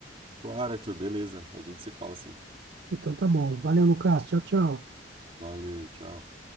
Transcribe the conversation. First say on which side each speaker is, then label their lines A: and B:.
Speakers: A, on the right; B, on the right.
A: Claro, Arthur, beleza. A gente se fala assim.
B: Então tá bom. Valeu, Lucas. Tchau, tchau.
A: Valeu, tchau.